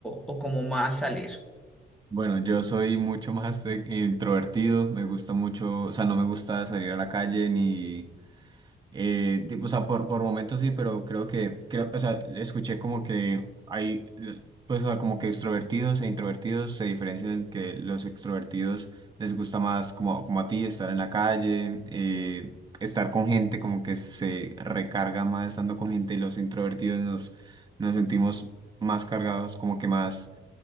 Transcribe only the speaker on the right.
Bueno, yo soy mucho más de- introvertido, me gusta mucho, o sea, no me gusta salir a la calle ni Eh, de- o sea, por, por momentos sí, pero creo que, creo, o sea, escuché como que hay, eh, pues, o sea, como que extrovertidos e introvertidos se diferencian en que los extrovertidos les gusta más, como, como a ti, estar en la calle, eh, estar con gente, como que se recarga más estando con gente, y los introvertidos nos, nos sentimos más cargados, como que más